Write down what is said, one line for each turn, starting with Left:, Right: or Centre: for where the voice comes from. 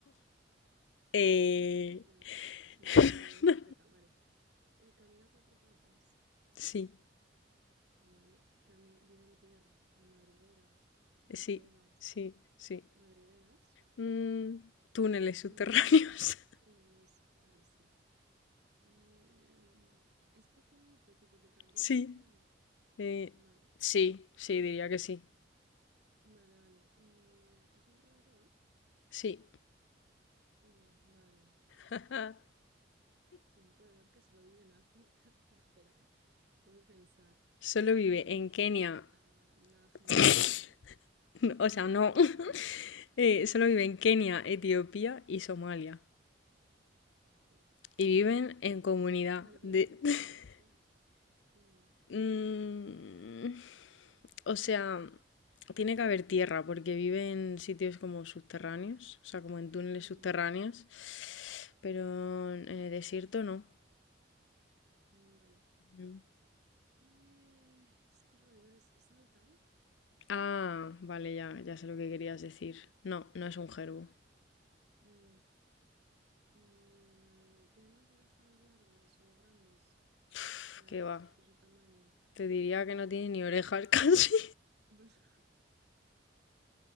Left: Eh,
Right: <laughs> Vale. No,
Left: <laughs>
Right: no está cerca, vale. Eh, ¿Camina a cuatro patas?
Left: Sí,
Right: Vale. Cami- ¿Vive en tierra? ¿En madrigueras? ¿En
Left: sí,
Right: cuevas?
Left: sí, sí.
Right: ¿Madrigueras?
Left: Mm, túneles subterráneos.
Right: No, cuevas,
Left: <laughs>
Right: túneles, vale, sí. Em, es pequeñito, tipo te cabría
Left: Sí.
Right: en una mano.
Left: eh,
Right: Vale.
Left: sí, sí,
Right: Mm,
Left: diría que sí.
Right: vale, vale. Eh, ¿es un roedor?
Left: Sí.
Right: Mm, vale.
Left: <laughs>
Right: Un roedor que solo vive en África. <laughs> Espera, tengo que pensar.
Left: Solo vive
Right: Porque
Left: en
Right: no es
Left: Kenia.
Right: una rata, nada genérico,
Left: <laughs>
Right: ¿no?
Left: No,
Right: <laughs>
Left: O sea,
Right: No
Left: no.
Right: es una
Left: <laughs>
Right: rata.
Left: Eh, solo
Right: Vale.
Left: vive en Kenia, Etiopía y Somalia.
Right: Uf.
Left: Y viven en comunidad.
Right: Vale, ¿vive
Left: De...
Right: en el desierto?
Left: <laughs>
Right: No.
Left: Mm, o sea, tiene que haber tierra porque viven en sitios como subterráneos, o sea, como en túneles
Right: Mm,
Left: subterráneos, pero
Right: mm,
Left: en el desierto no.
Right: mm, vale.
Left: Mm.
Right: Eh, es que roedores saltan.
Left: Ah, vale, ya, ya sé lo que querías decir. No, no es un gerbo.
Right: Mm, Eh, ¿tienen las orejas largas o grandes
Left: Uf,
Right: para
Left: qué
Right: respecto
Left: va.
Right: a su tamaño?
Left: Te
Right: No.
Left: diría que no tiene ni orejas casi.
Right: Pues, <laughs>